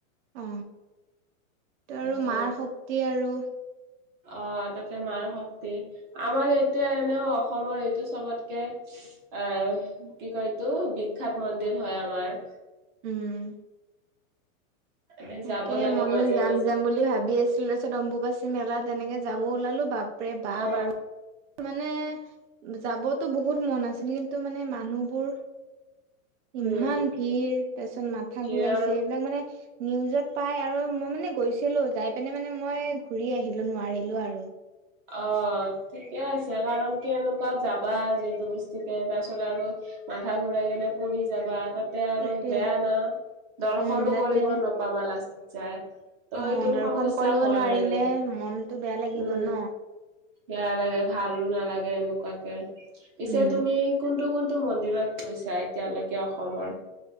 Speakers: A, on the right; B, on the right.
A: অ ত
B: এইটো
A: আৰু মাৰ শক্তি আৰু
B: অ তাতে মাৰ শক্তি আমাৰ এতিয়া এনেও অসমৰ এইটো চবতকে আহ কি কতো বিখ্যাত মন্দিৰ হয় আমাৰ
A: উম।
B: আমি
A: তাকে
B: যাব লাগে
A: ময়ো
B: মাজে
A: যাম
B: মাজে
A: যাম বুলি ভাবি আছিলো তাৰপিছত অম্বুবাচী মেলাত তেনেকে যাব ওলালো বাপৰে বাপা
B: অ
A: আৰু মানে যাবতো বহুত মন আছিল কিন্তু মানে মানুহবোৰ ইমান
B: উম
A: ভিৰ তাৰপিছত মাথা
B: হিৰৰ
A: ঘূৰাইছে এইবিলাক মানে নিউজত পাই আৰু মই মানে গৈছিলো যাই পিনে মানে মই ঘূৰি আহিলো নোৱাৰিলো আৰু
B: অ ঠিকে আছে কাৰণ কেনেকুৱা যাবা যিহেতু বস্তুকে তাৰপিছত আৰু মাথা ঘূৰা যেনে কৰি যাবা তাতে আৰু
A: সেইটোৱে
B: বেয়া না দৰ্শনো
A: উম তাতে
B: কৰিব নপাবা লাষ্ট য ত'
A: অ
B: এইটোৰ
A: দৰ্শন
B: সমস্যা
A: কৰিব
B: হয়
A: নোৱাৰিলে
B: আৰু উম।
A: মনটো বেয়া লাগিব ন
B: বেয়া লাগে ভালো নালাগে এনেকুৱাকে পিছে
A: উম
B: তুমি কোনটো কোন টো মন্দিৰত কৈছা এতিয়ালৈকে অসমৰ